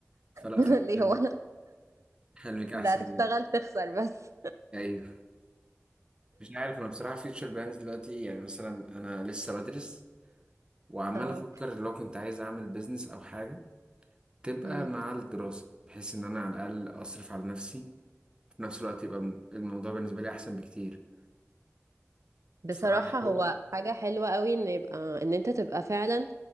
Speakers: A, on the right; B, on the right.
A: فلا
B: <laughs> ليه
A: فحلمك حلمك
B: هو
A: حلمك أحسن
B: ده هتشتغل
A: بجد
B: تخسر بس
A: أيوه مش عارف أنا بصراحة فيوتشر بلانز دلوقتي يعني مثلا أنا لسه بدرس وعمال
B: اه
A: أفكر لو كنت عايز أعمل بيزنس أو حاجة تبقى
B: أمم.
A: مع الدراسة بحيث إن أنا على الأقل أصرف على نفسي في نفس الوقت يبقى م- الموضوع بالنسبة لي أحسن بكتير
B: بصراحة
A: فحاول
B: هو حاجة حلوة قوي ان يبقى ان انت تبقى فعلا